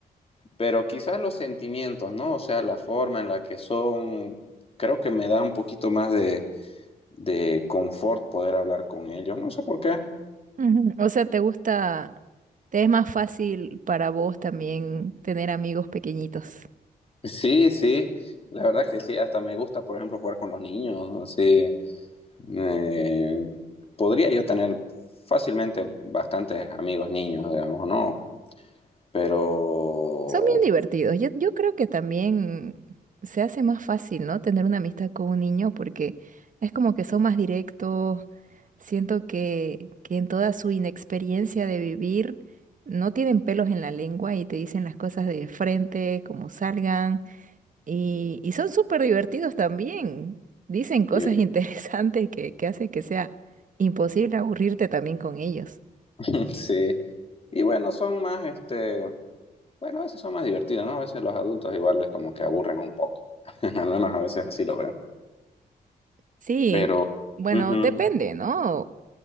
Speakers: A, on the left; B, on the right.
A: pero quizás los sentimientos, ¿no? O sea, la forma en la que son, creo que me da un poquito más de, de confort poder hablar con ellos. No sé por qué.
B: Ujú. O sea, ¿te gusta, te es más fácil para vos también tener amigos pequeñitos?
A: Sí, sí. La verdad que sí, hasta me gusta, por ejemplo, jugar con los niños. Sí. Eh, podría yo tener fácilmente bastantes amigos niños, digamos, ¿no? Pero
B: Son bien divertidos. Yo, yo creo que también se hace más fácil, ¿no? Tener una amistad con un niño porque es como que son más directos. Siento que, que en toda su inexperiencia de vivir no tienen pelos en la lengua y te dicen las cosas de frente, como salgan. Y, y son súper divertidos también. Dicen cosas
A: sí,
B: <laughs> interesantes que, que hacen que sea imposible aburrirte también con ellos.
A: <laughs> sí. Y bueno, son más, este, bueno, a veces son más divertidos, ¿no? A veces los adultos igual les como que aburren un poco. <laughs> Al menos a veces así lo veo.
B: Sí,
A: Pero,
B: bueno,
A: ujú,
B: depende, ¿no?